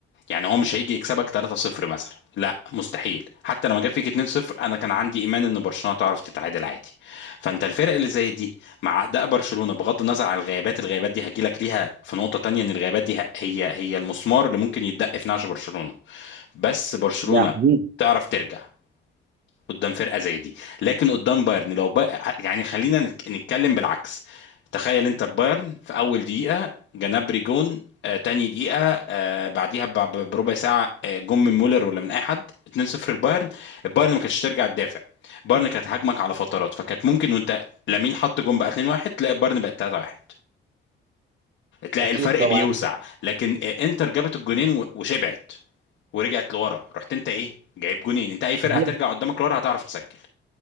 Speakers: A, on the left; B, on the right.
A: يعني هو مش هيجي يكسبك 3-0 مثلا لا مستحيل حتى لما جاب فيك 2-0 انا كان عندي ايمان ان برشلونه تعرف تتعادل عادي فانت الفرق اللي زي دي مع اداء برشلونه بغض النظر عن الغيابات الغيابات دي هجيلك ليها في نقطه تانية ان الغيابات دي ه- هي هي المسمار اللي ممكن يتدق في نعش برشلونه بس برشلونه
B: ده حبيبي
A: تعرف ترجع قدام فرقه زي دي لكن قدام بايرن لو با... يعني خلينا نتك- نتكلم بالعكس تخيل انت بايرن في اول دقيقه جنابري جون آه تاني دقيقه آه بعديها ب- ب- بربع ساعه آه جون من مولر ولا من اي حد 2-0 البايرن البايرن ما كانتش ترجع تدافع بايرن كانت هاجمك على فترات فكانت ممكن وانت لامين حط جون بقى 2-1 تلاقي بايرن بقت 3-1 تلاقي
B: اكيد
A: الفرق
B: طبعا
A: بيوسع لكن آه، انتر جابت الجونين و- وشبعت ورجعت لورا رحت انت ايه جايب جونين انت اي فرقه
B: دي-
A: هترجع قدامك لورا هتعرف تسجل